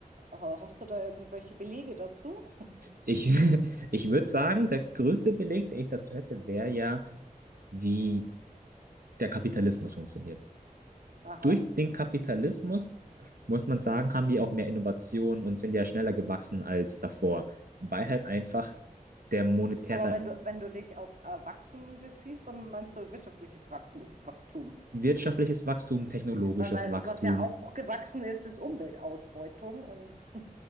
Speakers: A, on the right; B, on the right.
A: Ha- Hast du da irgendwelche Belege dazu?
B: Ich, <laughs> ich würde sagen, der größte Beleg, den ich dazu hätte, wäre ja, wie der Kapitalismus funktioniert.
A: Aha.
B: durch den Kapitalismus, muss man sagen, haben die auch mehr Innovationen und sind ja schneller gewachsen als davor, weil halt einfach der monetäre
A: Aber wenn du, wenn du dich auf äh, Wachsen beziehst, dann meinst du wirtschaftliches Wachsen, Wachstum.
B: wirtschaftliches Wachstum, technologisches
A: Weil, weil das,
B: Wachstum.
A: was ja auch gewachsen ist, ist Umweltausbeutung. Und